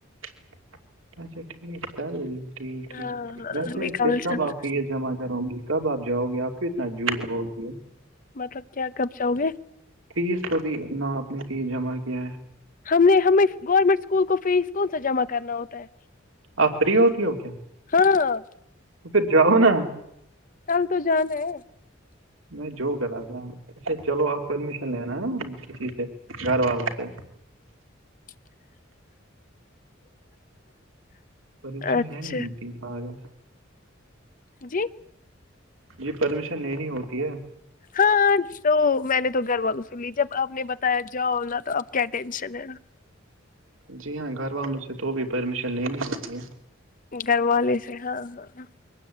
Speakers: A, on the right (about 85°); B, on the left (about 45°).
A: <inaudible> اچھا ٹھیک چل ٹھیک ٹھیک
B: ہاں ہاں
A: ویسے
B: ہمیں کل
A: پھر کب
B: جانا۔
A: آپ ہی ہے جمع کروں گی کب آپ جاؤ گے آپ کو اتنا جھوٹ بولتی ہو
B: مطلب کیا کب جاؤگے
A: فیس تو بھی اپنا آپ نے فیس جمع کیا ہے
B: ہم نے ہمیں گورنمنٹ اسکول کو فیس کون سا جمع کرنا ہوتا ہے
A: آپ فری ہوتی ہو کیا
B: ہاں
A: تو پھر جاؤ نا
B: ٹم تو جانا ہے
A: میں جو کرا تھا اچھا چلو آپ پرمیشن لینا کسی سے گھر والوں سے
B: <inaudible>
A: پریشان
B: اچھا
A: ہے نہیں ہوتی ہے پاگل
B: جی
A: جی پرمیشن لینی ہوتی ہے
B: ہاں تو میں نے تو گھر والوں سے لی جب آپ نے بتایا جاؤ نہ تو آپ کیا ٹینشن ہے
A: جی ہاں گھر والوں سے تو بھی پرمیشن لینی ہوتی ہے
B: گھر والے سے ہاں ہاں